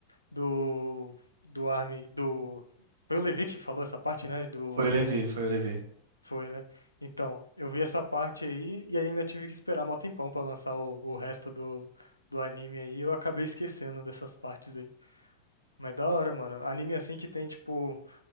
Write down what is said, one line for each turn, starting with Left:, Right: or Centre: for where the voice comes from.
Left: do, do Armin, do... Foi o Levi que falou essa parte, né? Do...
Right: Foi o Levi, foi o Levi.
Left: Foi, né? Então, eu vi essa parte aí e ainda tive que esperar mó tempão pra lançar o, o resto do, do anime aí. Eu acabei esquecendo dessas partes aí. Mas da hora, mano. Anime assim que tem, tipo,